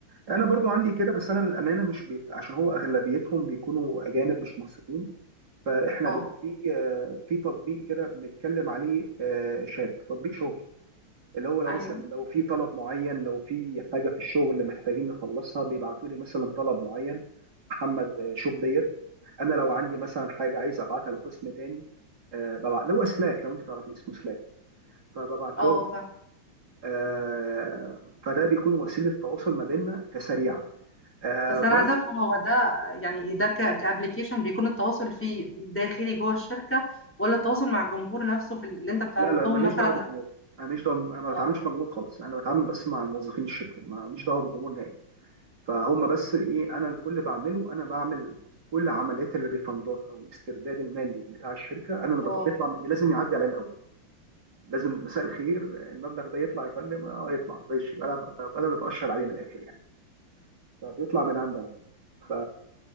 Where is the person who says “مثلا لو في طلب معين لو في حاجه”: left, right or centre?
Right